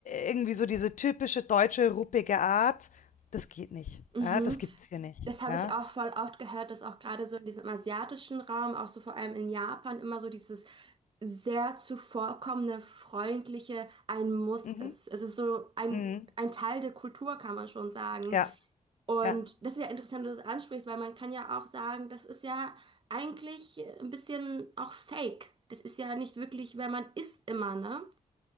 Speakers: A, on the left; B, on the right.
A: irgendwie so diese typische deutsche ruppige Art, das geht nicht.
B: Mhm.
A: Ja? Das gibt's hier nicht.
B: Das habe
A: Ja?
B: ich auch voll oft gehört, dass auch gerade so in diesem asiatischen Raum, auch so vor allem in Japan, immer so dieses sehr zuvorkommende, freundliche ein Muss
A: Mhm.
B: ist. Es ist so ein,
A: Mhm.
B: ein Teil der Kultur, kann man schon sagen.
A: Ja,
B: Und
A: ja.
B: das ist ja interessant, dass du das ansprichst, weil man kann ja auch sagen, das ist ja eigentlich ein bisschen auch fake. Das ist ja nicht wirklich, wer man ist immer, ne?